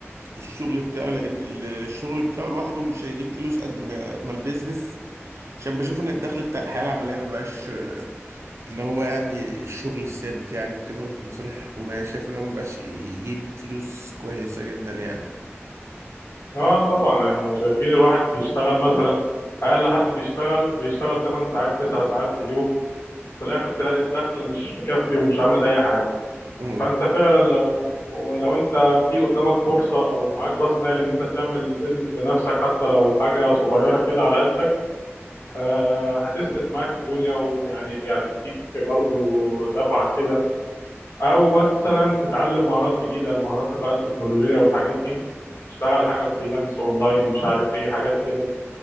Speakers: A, on the right; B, on the left.
A: الشغل بتاعه لأن ال- الشغل بتاعه لوحده مش هيجيب فلوس قد ما ما البيزنس عشان بشوف ان الدخل بتاع الحياة العملية ما بقاش آه، اللي هو يعني الشغل الثابت يعني وكده في المصالح الحكومية شايف ان هو ما بقاش يجيب فلوس كويسة جدا يعني
B: اه طبعا احنا شايفين الواحد بيشتغل مثلا اقل حد بيشتغل بيشتغل 8 ساعات 9 ساعات في اليوم في الاخر تلاقي الدخل مش مكفي ومش عامل اي حاجه
A: مم.
B: فانت فعلا لو لو انت في قدامك فرصه او معاك راس مال ان انت تعمل بيزنس لنفسك حتى لو حاجه صغيره كده على قدك آه هتسند معاك الدنيا ويعني هتديك برضو دفعه كده او مثلا تتعلم مهارات جديده المهارات بقى التكنولوجيه والحاجات دي تشتغل حاجه فريلانس اونلاين مش عارف ايه حاجات كده